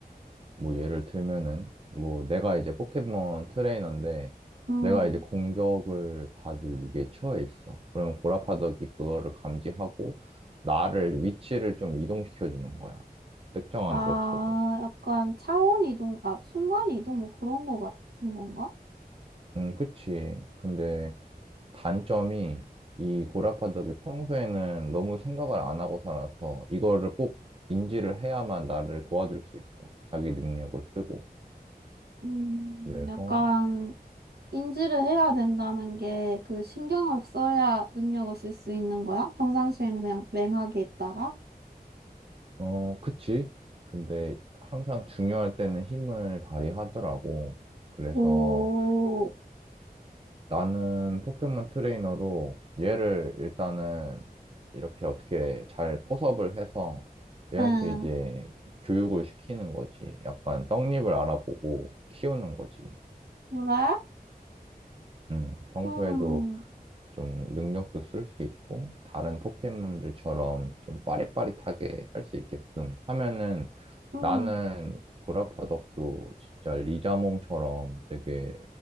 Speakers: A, on the right; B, on the right.
A: 뭐 예를 들면은 뭐 내가 이제 포켓몬 트레이너인데
B: 응.
A: 내가 이제 공격을 받을 위기에 처해 있어. 그러면 고라파덕이 그거를 감지하고 나를 위치를 좀 이동시켜 주는 거야. 특정한
B: 아,
A: 곳으로.
B: 약간 차원 이동, 아, 순간 이동 뭐 그런 거 같은 건가?
A: 음, 그치. 근데 단점이 이 고라파덕이 평소에는 너무 생각을 안 하고 살아서 이거를 꼭 인지를 해야만 나를 도와줄 수 있어. 자기 능력을 쓰고.
B: 음,
A: 그래서
B: 약간 인지를 해야 된다는 게 그 신경을 써야 능력을 쓸 수 있는 거야? 평상시에는 그냥 맹하게 있다가?
A: 어, 그치. 근데 항상 중요할 때는 힘을 발휘하더라고. 그래서
B: 오,
A: 나는 포켓몬 트레이너로 얘를 일단은 이렇게 어떻게 잘 포섭을 해서 얘한테
B: 응,
A: 이제 교육을 시키는 거지. 약간 떡잎을 알아보고 키우는 거지.
B: 그래?
A: 음, 평소에도
B: 음,
A: 좀 능력도 쓸 수 있고, 다른 포켓몬들처럼 좀 빠릿빠릿하게 할 수 있게끔 하면은
B: 음,
A: 나는 고라파덕도 진짜 리자몽처럼 되게